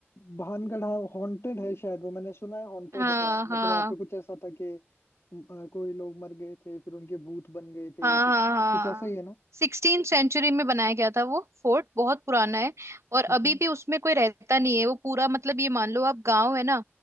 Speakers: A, on the left; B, on the right.
A: भानगढ़ हाँ, हॉन्टेड है शायद वो मैंने सुना है हॉन्टेड
B: हाँ
A: है मतलब
B: हाँ
A: वहां पे कुछ ऐसा था कि अ, कोई लोग मर गए थे फिर उनके भूत बन गए थे
B: हाँ
A: तो
B: हाँ हाँ
A: कुछ ऐसा ही है ना
B: सिक्सटीन सेंचुरी में बनाया गया था वो फोर्ट बहुत पुराना है और
A: हम्म,
B: अभी भी उसमें कोई रहता नहीं है वो पूरा मतलब ये मान लो आप गांव है ना